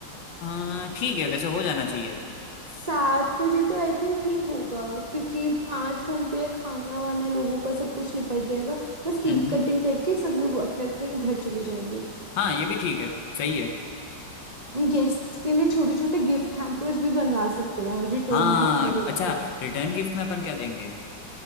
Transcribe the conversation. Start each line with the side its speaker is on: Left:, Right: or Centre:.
Left: हाँ ठीक है वैसे हो जाना चाहिए
Right: सात बजे तो आई थिंक ठीक होगा क्योंकि पाँच घंटे खाना वाना लोगों का सब कुछ निपट जाएगा बस केक
Left: हम्म
Right: कटिंग करके सब लोग अपने अपने घर चले जाएंगे
Left: हाँ ये भी ठीक है सही है
Right: गेस्ट्स के लिए छोटे छोटे गिफ्ट हैम्पर्स भी बनवा सकते हैं रिटर्न
Left: हाँ
Right: गिफ्ट में देने
Left: अच्छा
Right: के
Left: रिटर्न गिफ्ट में अपन क्या देंगे